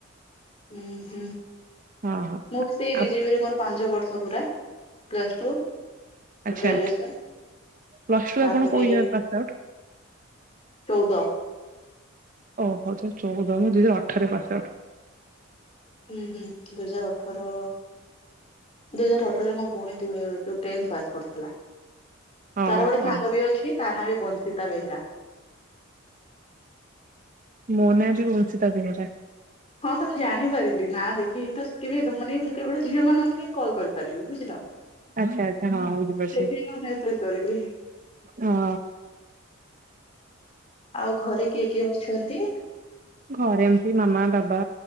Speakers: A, on the left (about 30°); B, on the right (about 40°).
A: ଉଁ ହୁଁ।
B: ହଁ।
A: ମୁଁ ବି ସେଇ
B: ହଁ
A: ବି ଜେ ବି ରେ ମୋର ପାଞ୍ଚ ବର୍ଷ ପୁରା ପ୍ଲସ୍ ଟୁ।
B: ଆଚ୍ଛା।
A: ଗ୍ରାଜୁଏସନ
B: ପ୍ଲସ୍ ଟୁ
A: ତାପରେ
B: ଆପଣ କଉ ଇଅର ପାଶ ଆଉଟ?
A: ଚଉଦ।
B: ଓ ହୋ ଦୁଇ ହଜାର ଚଉଦ ମୁଁ ଦୁଇ ହଜାର ଅଠରରେ ପାଶ ଆଉଟ।
A: ଉଁ ହୁଁ ଦୁଇ ହଜାର ଅଠର। ଦୁଇ ହଜାର ଅଠରରେ ମୋ ଭଉଣି ଦୁ ଯଉ ଟେନ୍ଥ ପାସ୍ କରିଥିଲା।
B: ଓହୋ
A: ତାର ଗୋଟେ ସାଙ୍ଗ ବି ଅଛି ତା ନାଁ ବି ବଂଶିତା ବେହେରା।
B: ମୋ ନା ବି ବଂଶିତା ବେହେରା।
A: ହଁ ତ ମୁଁ ଜାଣିପାରିଲି ନା ଦେଖିକି ସେଥିବି ମୁଁ କେବଳ ଝିଅ ମାନଙ୍କୁ ହିଁ କଲ୍ କରିପାରିବି ବୁଝିଲ।
B: ଆଚ୍ଛା ଆଚ୍ଛା ହଁ ଉର୍ବଶି
A: ସେଇଥିପାଇଁ ମୁଁ ମେସେଜ କରିଲି
B: ହଁ।
A: ଆଉ ଘରେ କିଏ କିଏ ଅଛନ୍ତି?
B: ଘରେ ଏମିତି ମାମା, ବାବା,